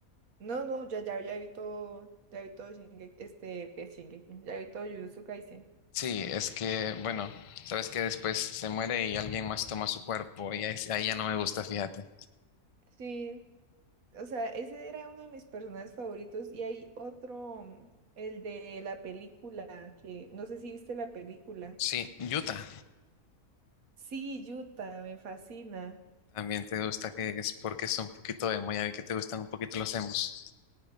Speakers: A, on the right; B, on the left.
A: No, no, ya, ya, ya vi todo, ya vi todo Shingeki, este, eh, Shingeki, ya vi todo Jujutsu Kaisen.
B: Sí, es que, bueno, sabes que después se muere y alguien más toma su cuerpo y ahí, ahí ya no me gusta, fíjate.
A: Sí, o sea, ese era uno de mis personajes favoritos y hay otro, mm, el de la película, que no sé si viste la película.
B: Sí, Utah,
A: Sí, Yuta, me fascina.
B: también te gusta, que que es porque es un poquito emo, ya vi que te gustan un poquito los emos.